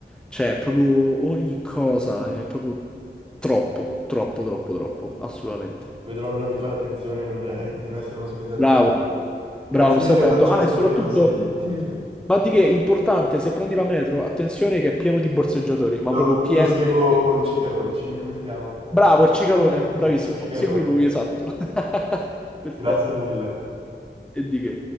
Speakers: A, in the centre; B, on the right (about 30°).
A: cioè, proprio ogni cosa è proprio troppo, troppo, troppo, troppo, assolutamente.
B: vedrò allora di fare attenzione e non- di non essere uno spendaccione.
A: Bravo, bravo,
B: Grazie mille
A: stai attento.
B: Francesco
A: Ah, e soprattutto,
B: per i consigli. Dimmi, dimmi.
A: ma di che, importante, se prendi la metro, attenzione che è pieno di borseggiatori, ma
B: Lo,
A: proprio
B: lo-
A: pieno,
B: lo seguo
A: pieno, pieno.
B: il Cicaro, il Ci- come si chiama?
A: Bravo, il cicalone,
B: <laughs>
A: bravissimo,
B: Il Cicalone.
A: segui lui, esatto.
B: <laughs>
A: <laughs> Perfetto,
B: Grazie mille.
A: e di che.